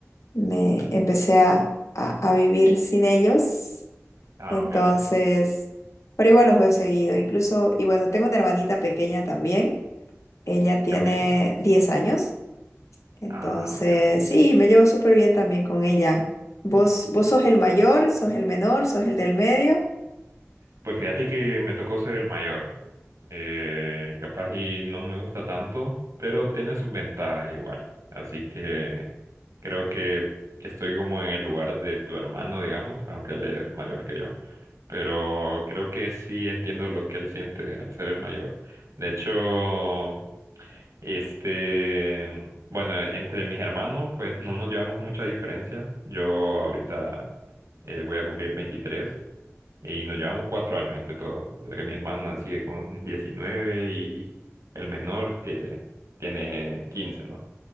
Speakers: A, on the left (about 75°); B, on the right (about 85°).
A: me empecé a, a- a vivir sin ellos,
B: Ah,
A: entonces,
B: ok.
A: pero igual los veo seguido, incluso, y bueno, tengo una hermanita pequeña también, ella tiene
B: Ok.
A: 10 años. Entonces,
B: Ah, no.
A: sí, me llevo súper bien también con ella. ¿Vos, vos sos el mayor, sos el menor, sos el del medio?
B: Pues fíjate que me tocó ser el mayor. Eh, capaz y no me gusta tanto, pero tiene sus ventajas igual. Así que creo que estoy como en el lugar de tu hermano, digamos, aunque él es mayor que yo. Pero creo que sí entiendo lo que él siente al ser el mayor. De hecho, este, bueno, entre mis hermanos, pues no nos llevamos mucha diferencia. Yo ahorita eh, voy a cumplir 23 y nos llevamos cuatro años entre todos. O sea que mi hermana sigue con 19 y el menor que tiene quince ¿no?